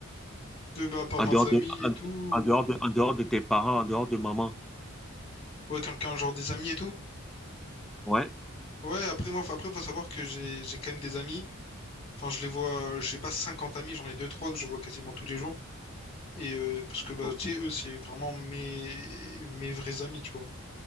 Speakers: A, on the left; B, in the centre.
A: De, bah, par
B: En
A: ma
B: dehors
A: famille
B: de,
A: et
B: en,
A: tout,
B: en dehors de, en dehors de tes parents, en dehors de maman.
A: ouais, quelqu'un, genre des amis et tout.
B: Ouais,
A: Ouais, après, moi, faut- après, faut savoir que j'ai j'ai quand même des amis. Enfin, je les vois, euh, j'ai pas 50 amis, j'en ai deux trois que je vois quasiment tous les jours. Et euh, parce que, bah,
B: ok.
A: tu sais, eux, c'est vraiment mes, mes vrais amis, tu vois.